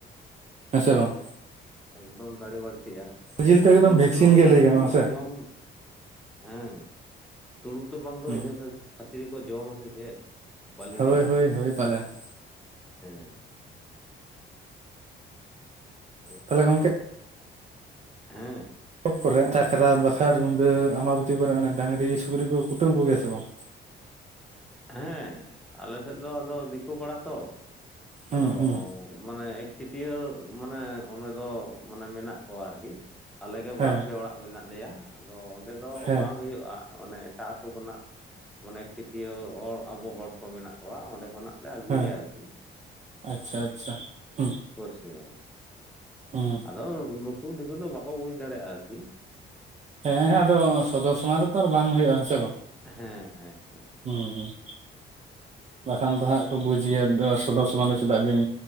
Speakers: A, on the right; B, in the centre.
A: ᱦᱮᱸ ᱥᱮ ᱵᱟᱝ᱾
B: ᱮᱠᱫᱚᱢ ᱫᱟᱲᱮ ᱵᱟᱹᱲᱛᱤᱜ-ᱟ,
A: ᱡᱤᱞ ᱛᱚ ᱮᱠᱫᱚᱢ
B: ᱛᱩᱲᱩᱠ
A: ᱵᱷᱮᱠᱥᱤᱱ
B: ᱫᱚ
A: ᱜᱮ
B: ᱤᱱᱟᱹ
A: ᱞᱟᱹᱭ
B: ᱠᱷᱟᱹᱛᱤᱨ
A: ᱜᱟᱱᱚᱜᱼᱟ
B: ᱜᱮᱠᱚ
A: ᱥᱮ
B: ᱡᱚᱢ᱾ ᱦᱮᱸ ᱛᱩᱲᱩᱠ ᱫᱚ ᱵᱟᱝ ᱫᱚ
A: ᱦᱩᱸ
B: ᱤᱱᱟᱹ ᱠᱷᱟᱹᱛ, ᱠᱷᱟᱹᱛᱤᱨ ᱜᱮᱠᱚ ᱡᱚᱢᱟᱥᱮ ᱪᱮᱫ? ᱵᱟᱹᱞᱤᱧ
A: ᱦᱳᱭ ᱦᱳᱭ ᱦᱳᱭ ᱯᱟᱞᱮᱱ᱾
B: ᱦᱩᱸ᱾ ᱵᱮᱥ
A: ᱛᱟᱦᱚᱞᱮ
B: ᱜᱮᱭᱟᱢ?
A: ᱜᱚᱝᱠᱮ
B: ᱦᱮᱸ᱾
A: ᱯᱚᱵ ᱠᱚᱨᱮ ᱥᱟᱠᱨᱟᱛ ᱵᱟᱠᱷᱨᱟ ᱨᱩᱸᱰᱟᱹ ᱟᱢᱟᱵᱚᱛᱤ ᱠᱚᱨᱮ ᱚᱱᱮ ᱰᱟᱝᱨᱤ ᱥᱩᱠᱨᱤ ᱠᱚ ᱠᱩᱴᱟᱹᱢ ᱠᱚᱜᱮᱭᱟ ᱥᱮ ᱵᱟᱝ?
B: ᱦᱮᱸ ᱟᱞᱮ ᱥᱮᱫ ᱫᱚ ᱟᱫᱚ ᱫᱤᱠᱩ ᱯᱟᱲᱟ ᱛᱚ
A: ᱦᱩᱸ
B: ᱟᱫᱚ
A: ᱦᱩᱸ
B: ᱢᱟᱱᱮ ᱮᱠᱪᱟᱹᱴᱤᱭᱟᱹ ᱢᱟᱱᱮ ᱚᱸᱰᱮ ᱫᱚ ᱢᱟᱱᱮ ᱢᱮᱱᱟᱜ ᱠᱚᱣᱟ ᱟᱨᱠᱤ᱾ ᱟᱞᱮ ᱜᱮ
A: ᱦᱮᱸ
B: ᱵᱟᱨ ᱯᱮ ᱚᱲᱟᱜ ᱢᱮᱱᱟᱜ ᱞᱮᱭᱟ ᱟᱫᱚ ᱚᱸᱰᱮ ᱫᱚ
A: ᱦᱮᱸ
B: ᱵᱟᱝ ᱦᱩᱭᱩᱜ-ᱟ᱾ ᱢᱟᱱᱮ ᱮᱴᱟᱜ ᱟᱛᱳ ᱠᱷᱚᱱᱟᱜ ᱢᱟᱱᱮ ᱮᱠ ᱪᱟᱹᱴᱭᱟᱹ ᱦᱚᱲ ᱟᱵᱚ ᱦᱚᱲ ᱠᱚ ᱢᱮᱱᱟᱜ ᱠᱚᱣᱟ ᱚᱸᱰᱮ ᱠᱷᱚᱱᱟᱜ ᱞᱮ ᱟᱹᱜᱩᱭᱟ
A: ᱦᱮᱸ
B: ᱟᱨᱠᱤ
A: ᱟᱪᱪᱷᱟ ᱟᱪᱪᱷᱟ ᱦᱩᱸ
B: ᱵᱩᱡᱷ ᱠᱮᱫᱟᱵᱤᱱ
A: <unintelligible>
B: ᱟᱫᱚ ᱱᱩᱠᱩ ᱫᱤᱠᱩ ᱫᱚ ᱵᱟᱠᱚ ᱵᱩᱡᱽ ᱫᱟᱲᱮᱭᱟᱜᱼᱟ ᱟᱨᱠᱤ
A: ᱦᱮᱸ ᱦᱮᱸ ᱟᱫᱚ ᱥᱚᱫᱚᱨ ᱥᱟᱢᱚᱝ ᱨᱮᱛᱚ ᱟᱨ ᱵᱟᱝ ᱦᱩᱭᱩᱜᱼᱟ ᱦᱮᱸ ᱥᱮ ᱵᱟᱝ?
B: ᱦᱮᱸ ᱦᱮᱸ ᱦᱮᱸ
A: ᱦᱩᱸ ᱦᱩᱸ ᱵᱟᱠᱷᱟᱱ
B: ᱞᱤᱧ
A: ᱫᱚ ᱦᱟᱸᱜ ᱠᱚ ᱵᱩᱡᱮᱭᱟ ᱥᱚᱫᱚᱨ ᱥᱚᱢᱟᱱ ᱫᱚ ᱪᱮᱫᱟᱜ ᱵᱤᱱ